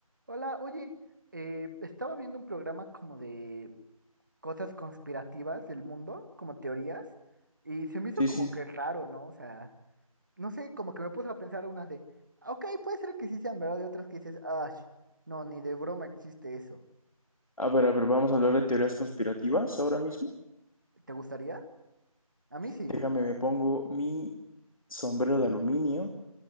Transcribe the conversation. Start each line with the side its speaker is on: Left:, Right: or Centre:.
Right: Hola, oye, eh, estaba viendo un programa como de cosas conspirativas del mundo, como teorías, y se me hizo
Left: Sí,
Right: como
Left: sí.
Right: que raro, ¿no? O sea, no sé, como que me puse a pensar unas de, "Ah, ok, puede ser que sí sean verdad, y otras que dices, ah, no, ni de broma existe eso.
Left: A ver, a ver, vamos a hablar de teorías conspirativas ahora mismo.
Right: ¿Te gustaría? A mí sí.
Left: Déjame, me pongo mi sombrero de aluminio